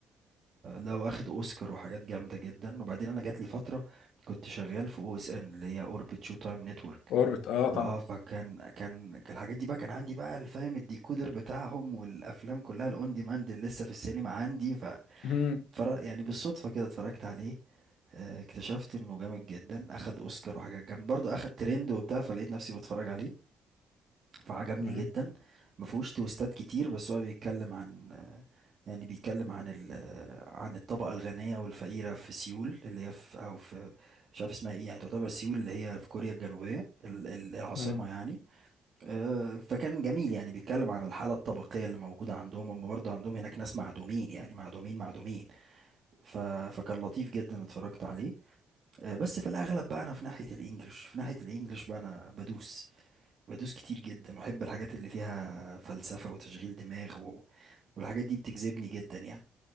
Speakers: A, on the right; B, on the left.
A: ده واخد اوسكار وحاجات جامده جدا وبعدين انا جات لي فتره كنت شغال في او اس ان اللي هي اوربت شو تايم نتورك
B: اوربت اه
A: فاه
B: طبعا
A: فكان كان كان الحاجات دي بقى كان عندي بقى الفاهم الديكودر بتاعهم والافلام كلها الاون ديماند اللي لسه في السينما عندي ف
B: مهم.
A: اتفرج- يعني بالصدفه كده اتفرجت عليه آه، اكتشفت انه جامد جدا اخد اوسكار وحاجات جامده برضه اخد ترند وبتاع فلقيت نفسي بتفرج عليه فعجبني
B: مهم.
A: جدا ما فيهوش تويستات كتير بس هو بيتكلم عن يعني بيتكلم عن ال... عن الطبقة الغنية والفقيرة في سيول اللي هي في أو في مش عارف اسمها ايه يعني تعتبر سيول اللي هي في كوريا الجنوبية ال- ال- العاصمة
B: مهم.
A: يعني آه، فكان جميل يعني بيتكلم عن الحالة الطبقية اللي موجودة عندهم هم برضه عندهم هناك ناس معدومين يعني معدومين معدومين ف... فكان لطيف جدا اتفرجت عليه آه، بس في الأغلب بقى أنا في ناحية الإنجليش في ناحية الإنجليش بقى أنا بدوس بدوس كتير جدا واحب الحاجات اللي فيها فلسفة وتشغيل دماغ و... والحاجات دي بتجذبني جدا يعني